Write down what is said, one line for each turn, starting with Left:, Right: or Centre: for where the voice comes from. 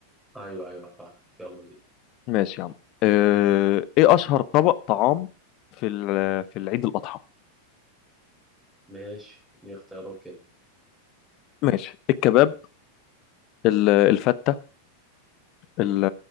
Centre: ايوه ايوه فاهم يلا بينا
Left: ماشي يا عم اه ايه اشهر طبق طعام في ال- في العيد الاضحى
Centre: ماشي دي اختيارات كده
Left: ماشي الكباب ال- الفته ال-